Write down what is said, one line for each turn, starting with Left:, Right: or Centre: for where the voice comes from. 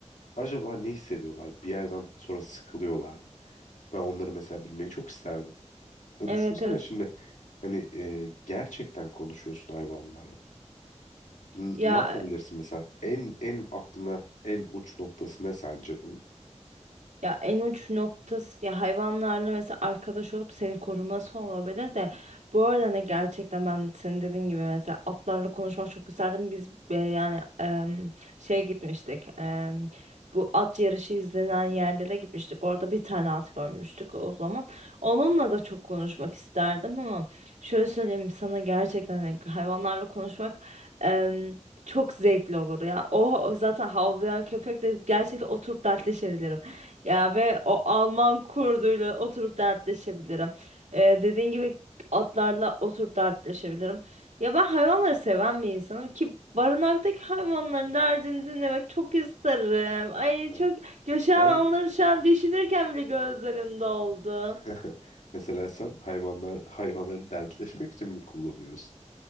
Left: Acaba ne hissediyorlar? Bir yerden sonra sıkılıyorlar mı? Ben onları mesela bilmeyi çok isterdim. Ya
Right: Evet
Left: düşünsene
Right: evet.
Left: şimdi hani e, gerçekten konuşuyorsun hayvanlarla. N-
Right: Ya
Left: ne yapabilirsin mesela? En en aklına en uç noktası ne sence bunun?
Right: Ya en uç noktası ya hayvanlarla mesela arkadaş olup seni koruması olabilir de bu arada ne gerçekten ben senin dediğin gibi mesela atlarla konuşmak çok isterdim. Biz e, yani em, şeye gitmiştik. em, bu at yarışı izlenen yerlere gitmiştik. Orada bir tane at görmüştük o zaman. Onunla da çok konuşmak isterdim ama şöyle söyleyeyim sana gerçekten hani hayvanlarla konuşmak em, çok zevkli olur ya. O o zaten havlayan köpekle gerçekten oturup dertleşebilirim. Ya ve o Alman kurduyla oturup dertleşebilirim. Ee, dediğin gibi atlarla oturup dertleşebilirim. Ya ben hayvanları seven bir insanım ki barınaktaki hayvanların derdini dinlemek çok isterim. Ay
Left: Yani
Right: çok ya şu
Left: sen
Right: an onları şu an düşünürken bile gözlerim doldu.
Left: <laughs> mesela sen hayvanlar hayvanları dertleşmek için mi kullanıyorsun?